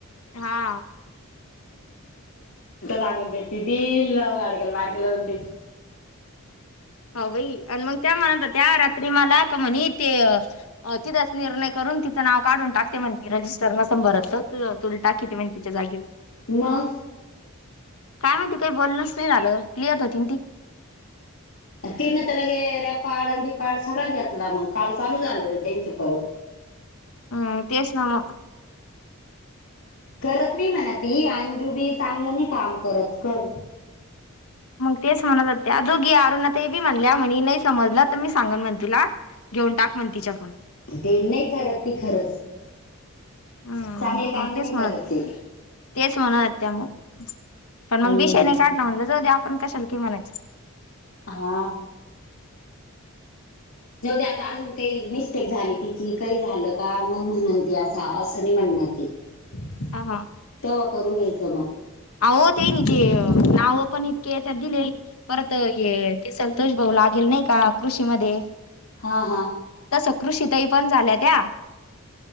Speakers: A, on the left; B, on the left.
A: हा
B: सांगून त्या तिथील बाव वाडक्याला वाडक्या लावन त्या
A: ह बाई आणि मग त्या म्हणत त्या रात्री मला का म्हणे ते तिथंच निर्णय करून तिचं नाव काढून टाकते म्हणते रजिस्टर नसंभरत त तुला टाकी त म्ह तिच्या जागेवर
B: मग
A: काय माती काही बोलणच नाही झालं लिहत होती ती
B: तेन त्याला गे रॅप कार्ड आणि बी कार्ड सगळां घेतला मग काल चालू झालं टमचं परत
A: हम् तेसना ना
B: करत नाही म्हणा ती अंजूबी चांगलं नाही काम करत कर
A: मग तेच म्हणतात त्या दोघी अरुण ते बी म्हणल्या म्हणे नाही समजलं तर मी सांगन म्हणे तुला घेऊन टाक मग तिच्याकडून
B: ते नाही करत ती खरंच
A: हम
B: चांगले काम
A: मग केस
B: नाही
A: मात
B: करत ती.
A: तेच म्हणत त्या मग पण मग
B: हम्म.
A: विषय नाही काढला म्हणलं ज पण कशाला की म्हणायचं
B: हा. जेवढे आता अजून काही मिस्टेक झाली तिची काही झालं का मग म्हणल ती असं असं नाहीी म्हणणार ती ह.
A: ह हा.
B: तेव्हा करून घ्यायचं मग
A: अ हो तेन ते नाव पण इतके याच्यात दिले. परत ये ते सलंतोष भाऊ लागेल नाही का कृषी मध्ये
B: हा हा.
A: आता सकृ शितही पण झाल्या त्या